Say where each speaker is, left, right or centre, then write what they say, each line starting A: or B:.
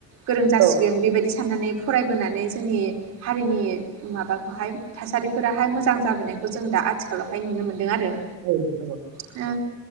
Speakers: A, on the right; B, on the right.
A: गोरों जासिगोन
B: औ
A: बेबायदि साननानै फरायबोनानै जोंनि हारिनि माबाखौहाय थासारिफोराहाय मोजां जाबोनायखौ जों दा आथिखालावहाय नुनो मोनदों आरो।
B: औ नंगौ।
A: ओ